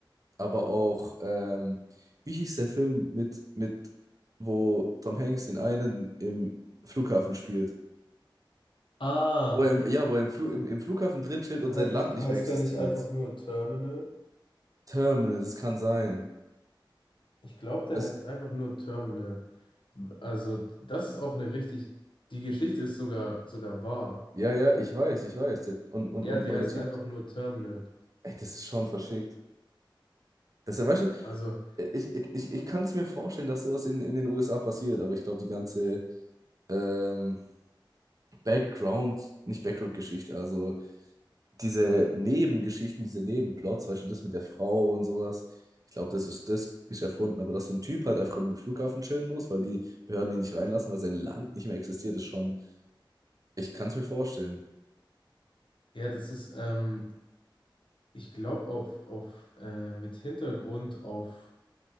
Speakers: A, on the right; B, on the left.
A: aber auch, ähm, wie hieß der Film mit, mit, wo Tom Hanks den einen im Flughafen spielt?
B: Ah,
A: Wo er im, ja, wo er im, Flu im, im Flughafen drin chillt und
B: He-
A: sein Land
B: Ich,
A: nicht
B: heißt
A: mehr existiert.
B: der nicht einfach nur Terminal?
A: Terminal, das kann sein.
B: Ich glaube, der
A: Das,
B: heißt einfach nur Terminal. Also, das ist auch eine richtig. Die Geschichte ist sogar, sogar wahr.
A: ja, ja, ich weiß, ich weiß. Der, und, und,
B: Ja,
A: und
B: die
A: weil
B: heißt
A: der Typ
B: einfach
A: ist.
B: nur Terminal.
A: Ey, das ist schon verschickt. Das, ist ja, weißt du,
B: Also,
A: ich, ich, ich kann es mir vorstellen, dass sowas in, in den USA passiert, aber ich glaube, die ganze ähm, Background, nicht Background-Geschichte, also diese Nebengeschichten, diese Nebenplots, weißt du, das mit der Frau und sowas, ich glaube, das ist, das ist erfunden, aber dass so ein Typ halt einfach im Flughafen chillen muss, weil die Behörden ihn nicht reinlassen, weil sein Land nicht mehr existiert, ist schon, ich kann es mir vorstellen.
B: ja, das ist, ähm, ich glaube, auf, auf, äh, mit Hintergrund auf,